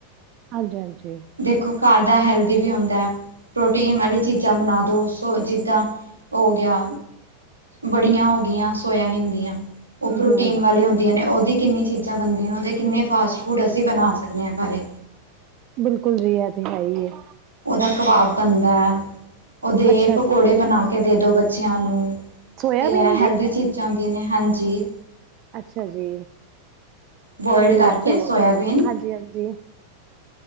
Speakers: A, on the right; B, on the right.
A: ਹਾਂਜੀ, ਹਾਂਜੀ।
B: ਦੇਖੋ ਘਰ ਦਾ ਹੈਲਦੀ ਵੀ ਹੁੰਦਾ ਪ੍ਰੋਟੀਨ ਵਾਲੀ ਚੀਜ਼ਾਂ ਬਣਾ ਦਿਉ ਸੋ ਜਿੱਦਾਂ ਹੋ ਗਿਆ ਵੜੀਆਂ ਹੋ ਗਈਆਂ ਸੋਆਬੀਨ ਦੀਆਂ। ਉਹ
A: ਹਾਂਜੀ
B: ਪ੍ਰੋਟੀਨ
A: ਹਾਂਜੀ
B: ਵਾਲੀਆਂ ਹੁੰਦੀ ਨੇ ਉਹਦੀ ਕਿੰਨੀ ਚੀਜ਼ਾਂ ਬਣਦੀਆਂ ਨੇ ਉਹਦੇ ਕਿੰਨੇ ਫਾਸਟ ਫੂਡ ਅਸੀਂ ਬਣਾ ਸਕਦੇ ਹ ਘਰੇ
A: ਬਿਲਕੁਲ ਜੀਹੀ ਇਹ ਤੇ ਹੈ ਹੀ ਹੈ।
B: ਉਹਹਦਾ ਕਬਾਬ ਬਣਦਾ ਹੈ ਉਹਦੇ
A: ਅੱਛਾ
B: ਪਕੌੜੇ
A: ਜੀ
B: ਬਣਾ ਕੇ ਦੇ ਦੋ ਬੱਚਿਆਂ ਨੂੰ
A: ਸੋਇਆਬੀਨ
B: ਤੇ
A: ਦੀ
B: ਹੈਲਦੀ ਚੀਜ਼ਾਂ ਆਉੁੰਦੀਆਂ ਨੇ ਹਾਂਜੀ।
A: ਅੱਛਾ ਜੀ
B: ਬੋਇਲਡ
A: ਨੀ
B: ਕਰਕੇ
A: ਚਲੋ
B: ਸੋਇਆਬੀਨ
A: ਅੱਛੀ ਹਾਂਜੀ, ਹਾਂਜੀ।